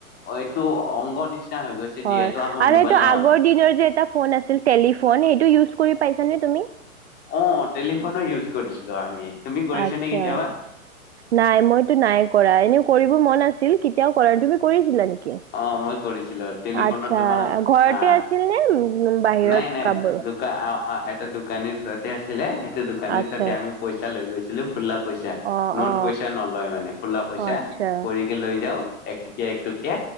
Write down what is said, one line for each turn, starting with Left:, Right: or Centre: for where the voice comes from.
Left: এইটো অংগ নিচিনা হৈ গৈছে যিহেতু
Right: হয়
Left: আমাৰ
Right: আৰু
Left: মোবাইল
Right: এইটো
Left: নহ'লে
Right: আগৰ দিনৰ এটা ফোন আছিল, টেলিফোন সেইটো ইউজ কৰি পাইছা নে তুমি?
Left: অ' টেলিফোনো ইউজ কৰিছিলো আমি তুমি কৰিছা
Right: আচ্ছা
Left: নে কেতিয়াবা?
Right: নাই মইতো নাই কৰা এনে কৰিব মন আছে। ছিল কেতিয়াও কৰা তুমি কৰিছিলা নেকি?
Left: অ' মই কৰিছিলো টেলিফোনত
Right: আচ্ছা
Left: তোমাৰ
Right: ঘৰতে
Left: আ
Right: আছিল নে উম বাহিৰত
Left: নাই, নাই
Right: কাব
Left: দোক এটা দোকানীৰ তাতে আছিলে সেইটো দোকানীৰ
Right: আচ্ছা
Left: তাতে আমি পইচা লৈ গৈছিলো। খোলা পইচা,
Right: অ
Left: নোট
Right: অ
Left: পইচা নলয় মানে খোলা পইচা
Right: আচ্ছা
Left: কৰিকে লৈ যাও একটকীয়া, একটকীয়া